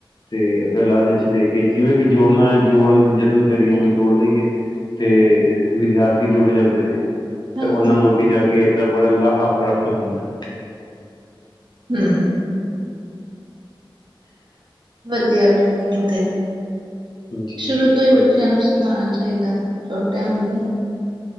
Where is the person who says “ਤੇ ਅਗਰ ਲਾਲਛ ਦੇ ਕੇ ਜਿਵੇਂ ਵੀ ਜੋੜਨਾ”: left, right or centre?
Left